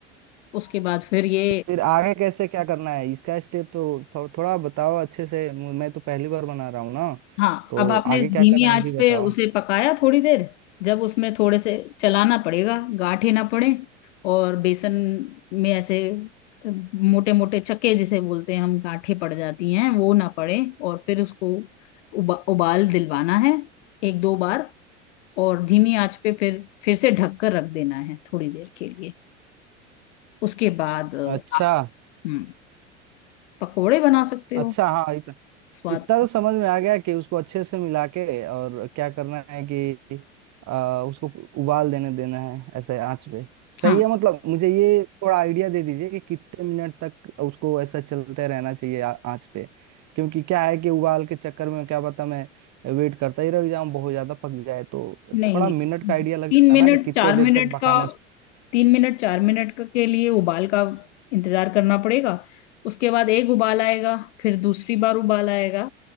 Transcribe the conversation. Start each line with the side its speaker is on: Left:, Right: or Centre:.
Left: उसके बाद फिर ये
Right: फिर आगे कैसे क्या करना है इसका स्टेप तो थो, थोड़ा बताओ अच्छे से मु- मैं तो पहली बार बना रहा हूँ ना
Left: हाँ
Right: तो
Left: अब आपने
Right: आगे
Left: धीमी
Right: क्या करना है ये
Left: आंच
Right: भी बताओ
Left: पे उसे पकाया थोड़ी देर जब उसमें थोड़े से चलाना पड़ेगा गांठें ना पड़े और बेसन में ऐसे मोटे मोटे चक्के जिसे बोलते हैं हम गांठें पड़ जाती हैं वो ना पड़े और फिर उसको उबा, उबाल दिलवाना है एक दो बार और धीमी आंच पे फिर फिर से ढक कर रख देना है थोड़ी देर के लिए उसके बाद अ,
Right: अच्छा
Left: आप हम्म, पकोड़े बना सकते हो
Right: अच्छा हाँ
Left: स्वाद
Right: इतना तो
Left: के
Right: समझ में आ गया कि उसको अच्छे से मिला के और क्या करना है कि आ, उसको उबाल देने देना है ऐसे आंच पे सही
Left: हाँ
Right: है मतलब मुझे ये थोड़ा आइडिया दे दीजिए कि कितने मिनट तक उसको ऐसा चलते रहना चाहिए आ- आंच पे क्योंकि क्या है कि उबाल के चक्कर में क्या पता मैं वेट करता ही रह जाऊं बहुत ज्यादा पक जाए तो
Left: नहीं
Right: थोड़ा
Left: नहीं
Right: मिनट का आइडिया लग
Left: तीन
Right: जाता
Left: मिनट
Right: ना कि कितने
Left: चार
Right: देर
Left: मिनट
Right: तक पकाना
Left: का
Right: है उस-
Left: तीन मिनट चार मिनट क- के लिए उबाल का इंतजार करना पड़ेगा उसके बाद एक उबाल आएगा फिर दूसरी बार उबाल आएगा